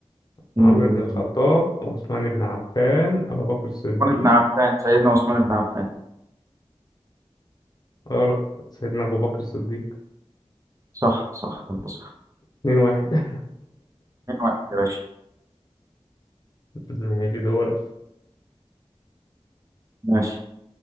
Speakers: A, on the right; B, on the left.
A: مم،
B: عمرو بن الخطاب عثمان بن عفان أبو بكر الصديق
A: عثمان بن عفان سيدنا عثمان بن عفان
B: غلط سيدنا أبو بكر الصديق
A: صح صح انت صح
B: اتنين واحد
A: اتنين واحد يا باشا
B: ماشي دورك
A: ماشي